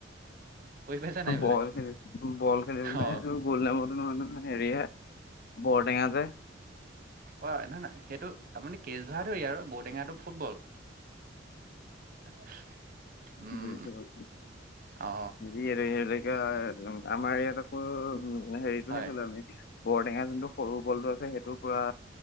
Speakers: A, on the right; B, on the left.
A: কৰি পাইছা নাই এইবিলাক
B: বল খেলি বল খেলিবলৈ
A: অ
B: গল নামুটো নহয়, নহয় হেৰি হে বৰটেঙা যে
A: অ, ন, নয়, সেইটো আপুনি কেচ ধৰা, ধৰি আৰু বঔটেঙাটো ফুটবল <unintelligible> উম
B: বুজিছোঁ বাৰু
A: অ
B: <unintelligible> উ, আমাৰ ইয়াত আকৌ হেৰিটোহে
A: হয়
B: গ'লো আমি বৰ টেঙা যোনটো সৰু কলটো আছে সেইটো পুৰা